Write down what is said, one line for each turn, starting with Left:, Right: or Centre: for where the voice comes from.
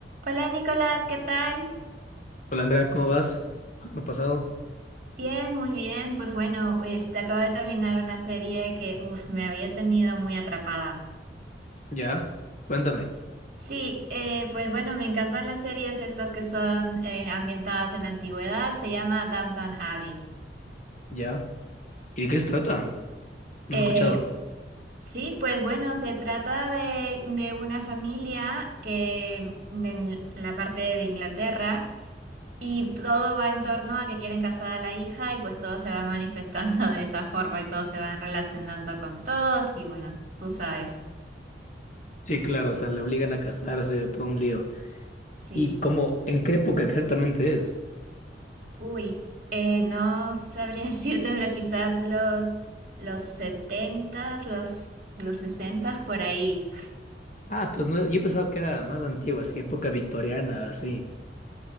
Right: Hola Nicolás, ¿qué tal?
Left: Hola Andrea, ¿cómo vas? ¿Cómo ha pasado?
Right: Bien, muy bien. Pues bueno, este, acabo de terminar una serie que, uff, me había tenido muy atrapada.
Left: Ya, cuéntame.
Right: Sí, eh, pues bueno, me encantan las series estas que son eh, ambientadas en la antigüedad. Se llama Downton Abbey.
Left: Ya. ¿Y de qué se trata? No
Right: Eh,
Left: he escuchado.
Right: sí, pues bueno, se trata de, de una familia que en la parte de Inglaterra Y todo va en torno a que quieren casar a la hija y pues todo se va manifestando <laughs> de esa forma y todos se van relacionando con todos y bueno, tú sabes.
Left: Sí, claro, o sea, le obligan a casarse, todo un lío.
Right: Sí,
Left: ¿Y cómo, en qué época exactamente es?
Right: uy, eh, no sabría <laughs> decirte, pero quizás los, los setentas los, los sesentas por ahí.
Left: Ah, entonces no- yo pensaba que era más antigua, así, época victoriana, así.